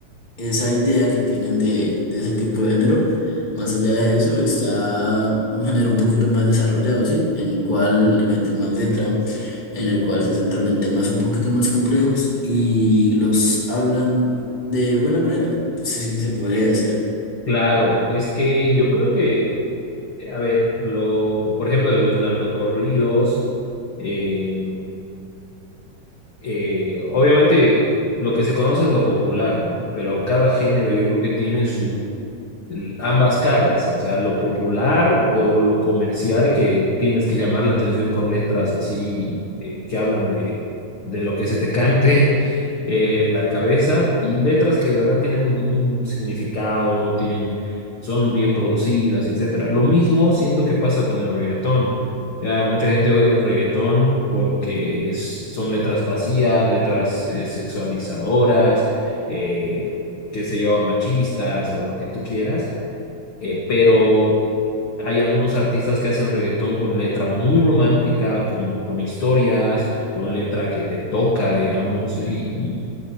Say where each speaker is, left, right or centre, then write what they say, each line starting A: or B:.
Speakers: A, on the left (about 15°); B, on the left (about 50°).
A: esa idea que tienen de, de ese tipo de género. Más allá de eso, está un género un poquito más desarrollado, ¿sí? En el cual le meten más letra, en el cual se centran en temas un poquito más complejos y los hablan de buena manera, pues sí, se podría decir.
B: Claro, es que yo creo que, eh, a ver, lo, por ejemplo, de los narcocorridos, eh, eh, obviamente lo que se conoce es lo popular, ¿no? Pero cada género yo creo que tiene su el- ambas caras, o sea, lo popular o lo comercial que tienes que llamar la atención con letras así eh, que hablan de, de lo que se te cante <laughs> eh, la cabeza y letras que de verdad tienen un, un significado, tienen, son bien producidas, etcétera. Lo mismo siento que pasa con el reggaetón. Ya mucha gente odia el reggaetón porque es- son letras vacías, letras eh, sexualizadoras, eh, qué sé yo, machistas o lo que tú quieras eh, pero hay algunos artistas que hacen reggaetón con letra muy romántica, con, con historias, con letra que te toca, digamos, y, y-